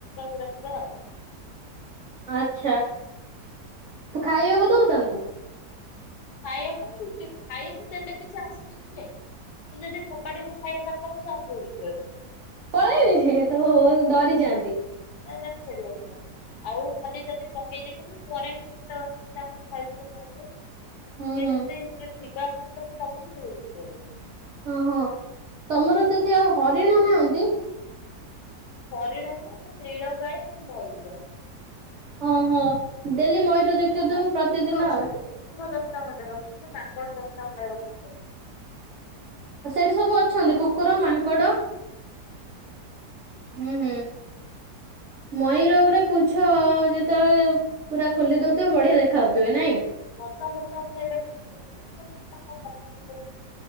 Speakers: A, on the left (about 70°); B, on the right (about 65°).
A: ଗୁଡା ଆଉ।
B: ଆଛା ତୁ ଖାଇବାକୁ ଦଉ ତାଙ୍କୁ
A: ଖାଇବାକୁୁ ହିଁ ରୁଟି ଖାଇବାକୁ ଦେଲେ କିଛି ଆସିବେନି ନାଇଁ ତୁ ଯଦି ପୋପାଡିକୁୁ ଖାଇବା ତାଙ୍କ ପାଖକୁ ସେ ଆହୁରି ଦୌଉଡି କି ପଳେଇ ବେ।
B: ପଳେଇବେ ହେ ଓ ଡରିଯାଆନ୍ତି।
A: <unintelligible> ଆଉ ଖାଲି ଯଦି ପକେଇ ଦେଇ ଥିବି ମୁ ପରେ ତାର ଖା ଇଥିବେ ଖାଇଥିବେ।
B: ହୁଁ
A: କିଏ
B: ହୁଁ
A: ଯଦି ସେ ଥିବା ଅବସ୍ଥାରେ ଡ଼ାକୁଚି ଦୌଡ଼ିକି ପଳେଇବ।
B: ଓହ ତମର ସେଠି ଆଉ ହରିଣ ନାହାନ୍ତି?
A: ହରିଣ ନାଇ ନୀଳ ଗାଇ ଆଉ ମୟୂର।
B: ଓ ହ ଡେଲି ମୟୂର ଦେଖୁଥିବୁ
A: ଆଉ କୁକୁର
B: ପ୍ରତିଦିନ
A: ଅଛନ୍ତି
B: ଆଉ।
A: କୁକୁର ଦଶଟା ଖଣ୍ଡେ ରଖିଛୁ ମାଙ୍କଡ ଦଶଟା ଖଣ୍ଡେ ରଖିଛୁ।
B: ଆଉ ସେଠି ସବୁ ଅଛନ୍ତି କୁକୁର ମାଙ୍କଡ। ହୁଁ ହୁଁ ମୟୂର ଗୁଡ଼େ ପୁଛ ଯେତେବେଳେ ପୁରା ଖୋଲି ଦଉଥିବେ ବଢିଆ ଦେଖା ଯାଉଥିବେ ନାଇଁ।
A: ବର୍ଷା ଫର୍ଷା ଉଠେଇଲେ ଖୁସି ହୁଅନ୍ତି ନହେଲେ ତାଙ୍କ ମନ ଭିତରେ